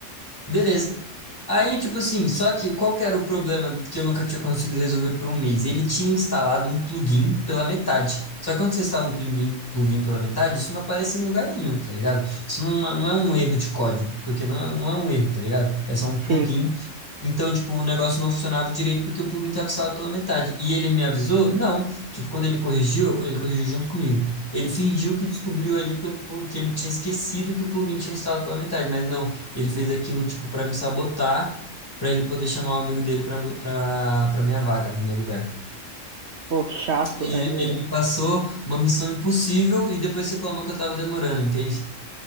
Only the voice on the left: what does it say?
Beleza. Aí, tipo assim, só que qual que era o problema que eu nunca tinha conseguido resolver por um mês? Ele tinha instalado um plugin pela metade. Só que quando você instala um plugin, plugin pela metade, isso não aparece em lugar nenhum, tá ligado? Isso não, é- não é um erro de código, porque não é, não é um erro, tá ligado? É só um plugin.
Então, tipo, o negócio não funcionava direito porque o plugin estava instalado pela metade. E ele me avisou? Não. Tipo, quando ele corrigiu, ele corrigiu junto comigo. Ele fingiu que descobriu ali que, o- que ele tinha esquecido que o plugin tinha instalado pela metade, mas não, ele fez aquilo, tipo, para me sabotar, para ele poder chamar o amigo dele para para minha vaga, no meu lugar.
Ele,
ele me passou uma missão impossível e depois reclamou que eu tava demorando, entende?